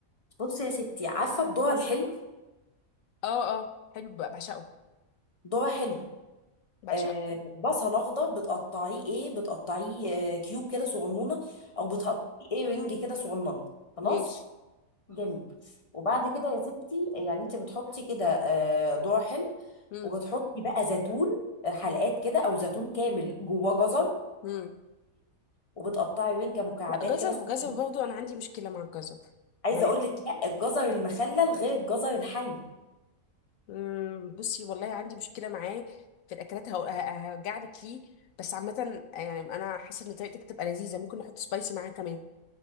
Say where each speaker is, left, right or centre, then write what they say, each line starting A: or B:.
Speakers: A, on the left; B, on the left.
A: بصي يا ستي عارفه الذره الحلو
B: اه اه حلو بقى بعشقه
A: ذره حلو
B: بعشقه
A: آه بصل اخضر بتقطعيه ايه بتقطعيه آه كيوب كده صغنونه او بتقطعيه ايه رنج كده صغنونه خلاص
B: ماشي
A: جميل وبعد كده يا ستي يعني انت بتحطي كده آه، ذرة حلو
B: مم.
A: وبتحطي بقى زيتون آه، حلقات كده او زيتون كامل جواه جزر
B: مم.
A: وبتقطعي رنجة مكعبات
B: لا جزر
A: كده صغيرة.
B: جزر برضو انا عندي مشكله مع الجزر
A: عايزه
B: يعني
A: اقول لك لا الجزر المخلل غير الجزر الحي
B: مم. بصي والله عندي مشكله معاه في الاكلات هقول- ه- هرجع لك ليه بس عامه يعني انا حاسه ان طريقتك تبقى لذيذه ممكن نحط سبايسي معاها كمان